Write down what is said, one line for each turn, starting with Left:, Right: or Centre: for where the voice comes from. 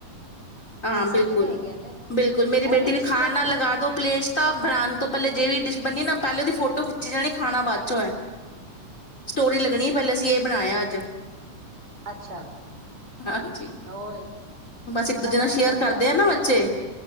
Left: ਹਾਂ, ਬਿਲਕੁਲ
Right: ਵੀ ਤੇ ਹੈਗੀਆਂ ਨੇ
Left: ਬਿਲਕੁਲ ਮੇਰੀ ਬੇਟੀ
Right: ਇਹ ਚੀਜ਼ਾਂ
Left: ਵੀ ਖਾਨਾ ਲਗਾ ਦੋ ਪਲੇਸ ਤਾਂ ਬਨਾਉਣ ਤੋਂ ਪਹਿਲੇ ਜੇ ਵੀ ਡਿਸ਼ ਬਣੀ ਐ ਨਾ ਪਹਿਲੇ ਉਹਦੀ ਫੋਟੋ ਖਿੱਚੀ ਜਾਣੀ ਐ ਖਾਣਾ ਬਾਅਦ ਚੋਂ ਐ। ਸਟੋਰੀ ਲੱਗਣੀ ਪਹਿਲੇ ਅਸੀਂ ਇਹ ਬਣਾਇਆ ਅੱਜ।
Right: ਅੱਛਾ,
Left: ਹਾਂਜੀ,
Right: ਉਹ
Left: ਬਸ ਇੱਕ ਦੂਜੇ
Right: ਸਭ
Left: ਨਾਲ
Right: ਦਾ
Left: ਸ਼ੇਅਰ
Right: ਹੀ ਹੁੰਦਾ,
Left: ਕਰਦੇ ਆ ਨਾ ਬੱਚੇ